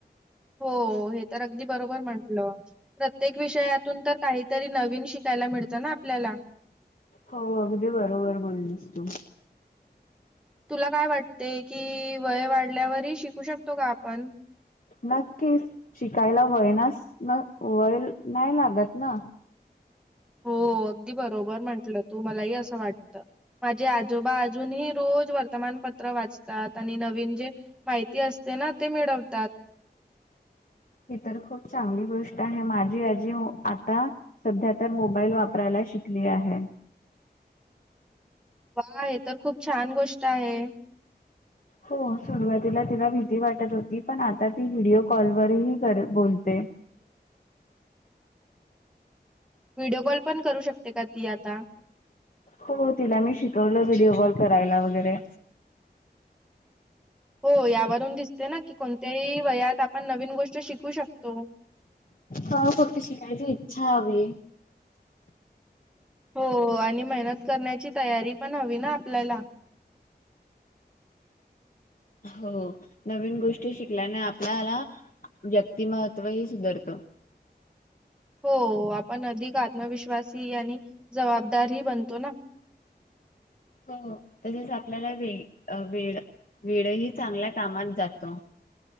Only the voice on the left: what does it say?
हो, अगदी बरोबर बोललीस तू
नक्कीच शिकायला, वयनास न वय नाय लागत ना?
ही तर खूप चांगली गोष्ट आहे. माझी आजी आता सध्या तर मोबाईल वापरायला शिकली आहे.
हो सुरुवातीला तिला भिझी वाटत होती. पण आता ती व्हिडिओ कॉलवररही कर बोलते
हो तिला मी शिकवलं व्हिडिओ कॉल करायला वगैरे
हो फक्त शिकायची इच्छा हवी?
हो नवीन गोष्टी शिकल्याने आपल्याला व्यक्तिमत्त्व ही सुधारतं
हो तसेच आपल्याला वे वेळ वेळही चांगल्या कामात जातो